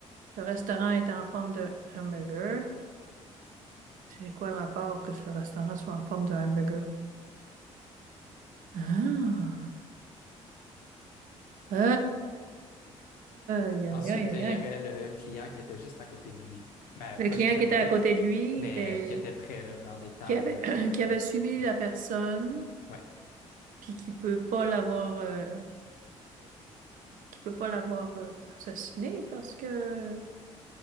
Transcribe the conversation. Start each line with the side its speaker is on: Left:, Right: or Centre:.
Right: Le restaurant est en forme de hamburger. C'est quoi le rapport que le restaurant soit en forme de hamburger? Ah! Euh, aïe, aïe,
Left: Ensuite,
Right: aïe, aïe,
Left: euh, il
Right: aïe.
Left: y aurait le client qui était juste à côté de lui. Ben,
Right: Le
Left: pas
Right: client
Left: juste
Right: qui
Left: à côté,
Right: était à côté
Left: là,
Right: de lui
Left: mais
Right: était
Left: euh, qui était près, là, dans des tables
Right: qui avait
Left: euh,
Right: <clears throat>
Left: pas trop,
Right: qui avait suivi
Left: pas trop
Right: la
Left: loin.
Right: personne
Left: Ouais,
Right: puis qui peut pas l'avoir. euh, qui peut pas l'avoir euh, assassiné parce que